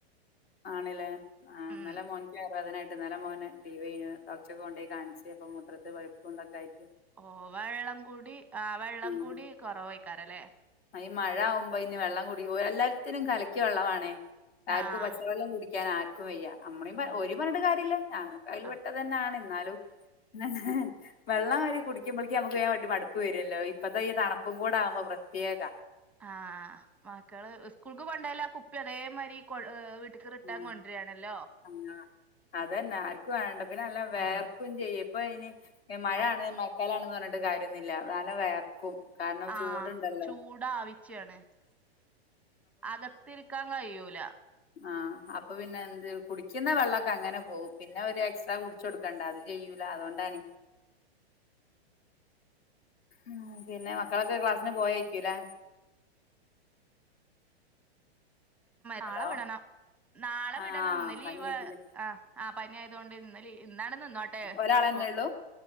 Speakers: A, on the left; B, in the centre.
A: ആണ്ല്ലേ ആഹ്
B: ഉം
A: ന്നലെമോൻക്ക് വയർവേദനായിട്ട് ന്നല മോന്ലീവെയ് ന്നു ഡോക്ടൊക്കെ കൊണ്ടോയി കാണിച്ച് അപ്പ മുത്രത്ത്പഴു ണ്ടായിട്ട്
B: ഓഹ് വെള്ളംകൂടി ആഹ് വെള്ളം
A: ഉം
B: കൂടി കൊറവായ്ക്കാരല്ലേ
A: ഈ മഴവുമ്പോ ഇനി വെള്ളം കൂടി എല്ലാത്തിനും കലക്കിയ വെള്ളമാണ ആർക്കും
B: ആഹ്
A: പ- വെള്ളം കുടിക്കാൻ ആർക്കും വയ്യ അമ്മയും
B: ഇല്ല
A: ഒരു പറഞ്ഞട്ട കാര്യമല്ല ഞാനും കയ്യിൽെ
B: ആഹ്
A: പെട്ട തന്നെയാണ് ന്നാലും ആഹ് വെള്ളം വ കുടിക്കുമ്പോഴേക്ക് നമുക്ക് വ്യാൻ വടി മടുപ്പ് വരുല്ലോ ഇപ്പഴത്തെ ഈ തണുപ്കൂട ആക്മ്പോ പ്രത്യേക
B: ആഹ് മക്കള് സ്കൂൾക്ക് പണ്ടല്ല കുപ്പി അതേമാതിരി കൊ വീട്ടക്ക് റിട്ടാൻ
A: ആ
B: കൊണ്ടുവരിയാണല്ലോ
A: ആ. അതന്നെ ആർക്കും വേണ്ട പിന്നെ അല്ല വേർക്കും
B: ആഹ്
A: ചെയ്യ ഇപ്പൊ ഇനി മഴയാണ് മഴക്കാലണന്ന് പറഞ്ഞിട്ട് കാര്യൊന്നില്ല എന്നാല വേർക്കും കാരണം
B: ആഹ്
A: ചൂടുണ്ടല്ലോ
B: ചൂട ആവിച്ചയാണ് അകത്തിരിക്കാൻ കഴിയൂല
A: ആഹ് അപ്പൊ പിന്നെ എന്ത് കുടിക്കുന്ന വെള്ളവൊക്ക അങ്ങനെ പോവും പിന്നെ ഒരു എക്സ്ട്രാ കു വച്ച് കൊടുക്കണ്ട അത് ചെയ്യൂല അതുകൊണ്ടാണ് ഉം പിന്നെ മക്കളൊക്കെ ക്ലാസിന് പോയായിരിക്കുംല്ലേ
B: നാളെ
A: ഹലോ
B: വിടണം നാളെ
A: ആ
B: വിടണം ഇന്ന് ലീവ്
A: പനിയേക്കില്ല
B: ആഹ് ആഹ് പനി ആയത് തൊണ്ട് ഇന്ന് ലി ഇന്നാണ് നിന്നോട്ടെ
A: ഒരാളെന്നെ
B: എപ്പോ
A: ഉള്ളൂ